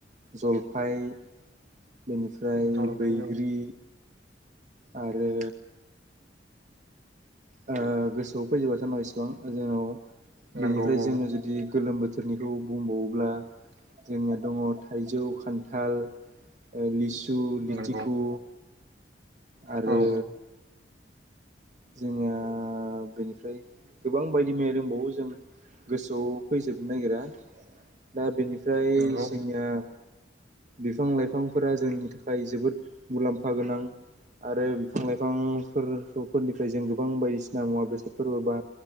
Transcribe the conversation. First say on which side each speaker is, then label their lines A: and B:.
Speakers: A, on the right; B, on the right.
A: जलफाइ बेनिफ्राय
B: जलफि
A: बैग्रि
B: औ
A: आरो। ओ गोसोआव फैजोबासै होमबा इसिबां जेन'
B: नंगौ
A: बेनिफ्राय
B: औ
A: जोङो जुदि गोलोम बोथोरनिखौ बुंबावोब्ला जोंनिया दङ थाइजौ खान्थाल लिसु लिथिखु
B: नंगौ
A: आरो
B: औ नंगौ
A: जोंनिया बेनिफ्राय गोबां बायदि मैया दंबावो जों गोसोआव फैजोबनो नागिरा दा बेनिफ्राय
B: नंगौ
A: जोंनिया
B: औ
A: बिफां लाइफांफोरा जोंनि थाखाय जोबोद मुलाम्फा गोनां। आरो बिफां लाइफां फोरखौ फोरनिफ्राय जों गोबां बायदिसिना मुवा बेसाद फोरबो बा।